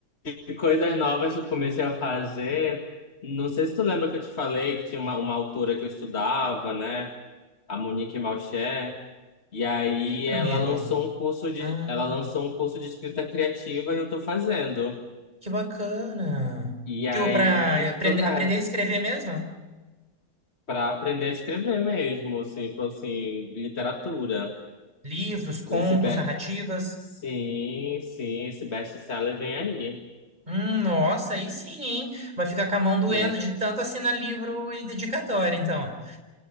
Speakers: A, on the left (about 45°); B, on the right (about 25°).
A: E coisas novas que eu comecei a fazer. Não sei se tu lembra que eu te falei que tinha uma, uma autora que eu estudava, né? A Monique Malcher. E aí
B: Lembro,
A: ela
B: amigo.
A: lançou um curso de,
B: Ah,
A: ela lançou um curso de escrita criativa e eu tô fazendo.
B: que bacana.
A: E
B: Tipo,
A: aí
B: pra aprende-
A: tô, né,
B: aprender a escrever mesmo?
A: pra aprender a escrever mesmo, assim, tipo assim, literatura.
B: Livros, contos,
A: Esse be...
B: narrativas.
A: Sim, sim, esse best-seller vem aí.
B: Hum, nossa, aí sim, hein? Vai ficar com a mão doendo
A: <laughs>
B: de tanto assinar livro e dedicatória, então.